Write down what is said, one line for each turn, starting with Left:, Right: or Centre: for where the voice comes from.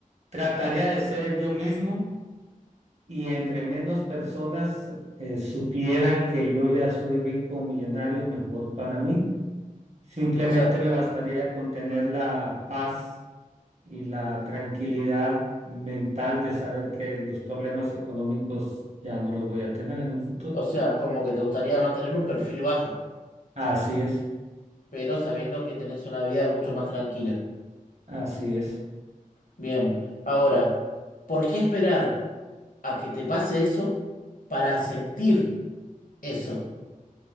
Right: trataría de ser yo mismo y entre menos personas eh, supieran que yo ya soy rico o millonario, mejor para mí. Simplemente
Left: O sea,
Right: me bastaría con tener la paz y la tranquilidad mental de saber que los problemas económicos ya no los voy a tener en un futuro.
Left: o sea, como que te gustaría mantener un perfil bajo,
Right: Así es,
Left: pero sabiendo que tenés una vida mucho más tranquila.
Right: así es,
Left: Bien, ahora, ¿por qué esperar a que te pase eso para sentir eso?